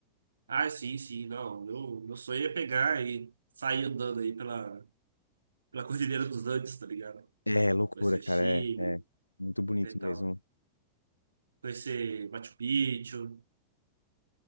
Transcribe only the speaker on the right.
Ah, sim, sim, não. Meu, meu sonho é pegar e sair andando aí pela, pela Cordilheira dos Andes, tá ligado?
Conhecer
o Chile
né, e tal.
Conhecer Machu Picchu.